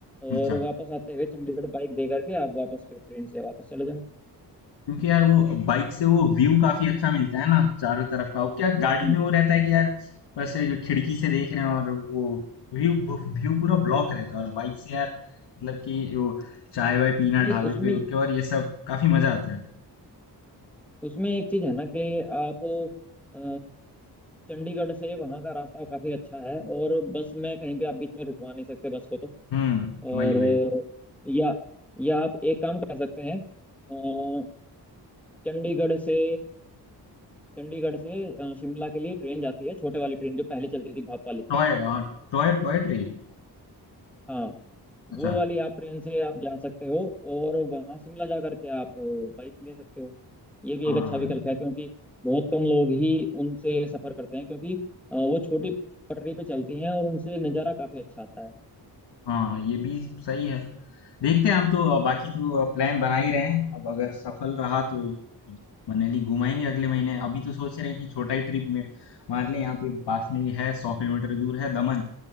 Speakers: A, on the left; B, in the centre.
A: अच्छा
B: और वापस आते हुए चंडीगढ़ बाइक दे करके आप वापस फिर ट्रेन से वापस चले जाओ
A: क्योंकि यार वो बाइक से वो व्यू काफी अच्छा मिलता है ना चारों तरफ का वो क्या गाड़ी
B: हम्म।
A: में वो रहता है कि यार बस खिड़की से देख रहे हैं और वो व्यू व्यू पूरा ब्लॉक रहता है और बाइक से यार मतलब कि वो चाय वाय पीना
B: नहीं
A: ढाबे
B: उसमें
A: पे रुक के और ये सब काफी मजा आता है
B: उसमें एक चीज़ है ना कि आप अ, चंडीगढ़ से वहाँ का रास्ता काफ़ी अच्छा है और बस में कहीं भी आप बीच में रुकवा नहीं सकते बस को तो
A: हम्म
B: और
A: वही वही
B: अ, या या आप एक काम कर सकते हैं अ, चंडीगढ़ से चंडीगढ़ से अ, शिमला के लिए ट्रेन जाती है छोटे वाली ट्रेन जो पहले चलती थी भाप वाली
A: टॉय और Toy toy train
B: हाँ
A: अच्छा
B: वो वाली आप ट्रेन से आप जा सकते हो और वहाँ शिमला जा करके आप बाइक ले सकते हो ये भी
A: हाँ
B: एक अच्छा विकल्प है क्योंकि बहुत कम लोग ही उनसे सफर करते हैं क्योंकि अ, वो छोटी पटरी पे चलती हैं और उनसे नज़ारा काफी अच्छा आता है
A: हाँ, ये भी सही है। देखते हैं हम तो बाकी तो प्लान बना ही रहे हैं। अब अगर सफल रहा तो मनाली घुमाएंगे अगले महीने। अभी तो सोच रहे हैं कि छोटा ही ट्रिप में मान लें यहाँ पे पास में ही है सौ किलोमीटर दूर है दमन